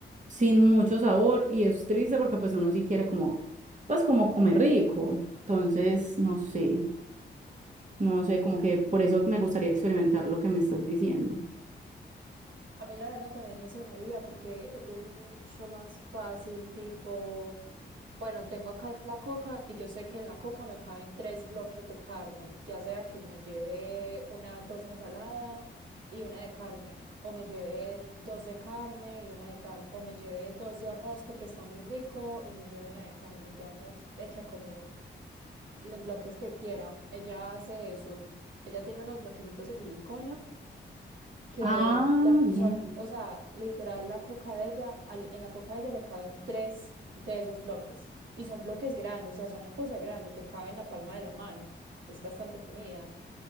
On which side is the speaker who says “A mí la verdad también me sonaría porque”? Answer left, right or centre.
Right